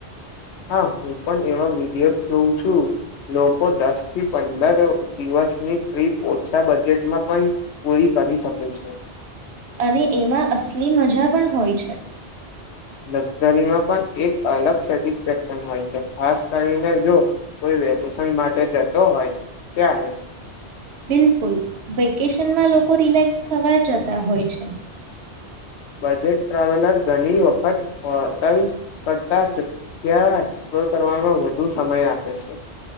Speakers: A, on the left (about 75°); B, on the right (about 70°).
A: હા, હું પણ એવા વિડિયોઝ જોઉં છું લોકો દસ થી પંદર દિવસની ટ્રીપ ઓછા બજેટમાં પણ પૂરી કરી શકે છે.
B: અને એમાં અસલી મજા પણ હોય છે.
A: લક્ઝરીમાં પણ એક અલગ સેટિસફેક્શન હોય છે, ખાસ કરીને જો કોઈ વેકેશન માટે જતો હોય ત્યારે
B: બિલકુલ વેકેશનમાં લોકો રિલેક્સ થવા જતા હોય છે.
A: બજેટ ટ્રાવેલર ઘણી વખત હોટલ કરતા જગ્યા એક્સપ્લોર કરવાનો વધુ સમય આપે છે.